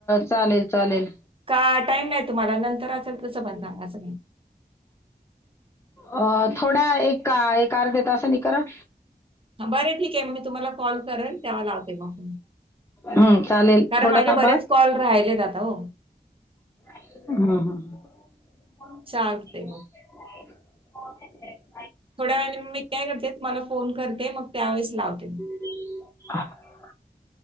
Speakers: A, on the left (about 15°); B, on the right (about 35°).
A: चालेल चालेल.
B: का टाईम नाही तुम्हाला नंतर असेल तसं पण सांगं.
A: अ थोड्या एक एक अर्धेत असं नि क.
B: बरं ठीक आहे मग मी तुम्हाला कॉल करेल तेव्हा लावते मागून
A: हं, चालेल.
B: कारण
A: थोडं
B: माझे
A: थांबा.
B: बरेच
A: हं,
B: कॉल राहिलेत आता हो
A: हम हम ह
B: सांगते मग
A: हो
B: थोड्या वेळ मी काय करते तुम्हाला फोन करते मग त्यावेळेस लावते मी.
A: हम्.